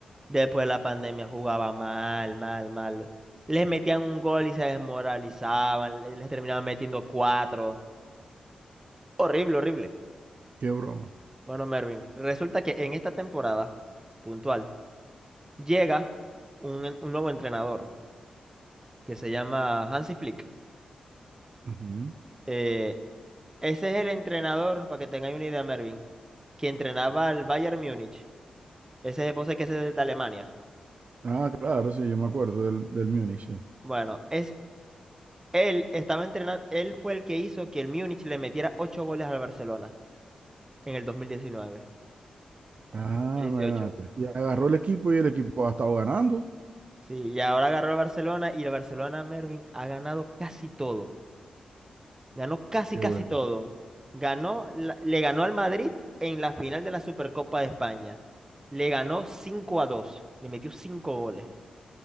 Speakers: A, on the right; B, on the right.
A: Después de la pandemia jugaba mal, mal, mal. Les metían un gol y se desmoralizaban, le- les terminaban metiendo cuatro. Horrible, horrible.
B: qué broma.
A: Bueno, Mervin, resulta que en esta temporada puntual llega un, en- un nuevo entrenador que se llama Hansi Flick.
B: Ujú.
A: Eh, ese es el entrenador, para que tengáis una idea, Mervin, que entrenaba al Bayern Múnich. Ese es el que es de Alemania.
B: Ah, claro, sí, yo me acuerdo del, del Múnich, sí.
A: Bueno, es Él estaba entrenando, él fue el que hizo que el Múnich le metiera ocho goles al Barcelona en el 2019,
B: Ah,
A: 2018.
B: imagínate. Y agarró el equipo y el equipo ha estado ganando.
A: Sí, y ahora agarró al Barcelona y el Barcelona Mervin ha ganado casi todo. Ganó casi
B: Qué
A: casi
B: bueno.
A: todo. Ganó, la- le ganó al Madrid en la final de la Supercopa de España. Le ganó 5 a 2. le metió 5 goles.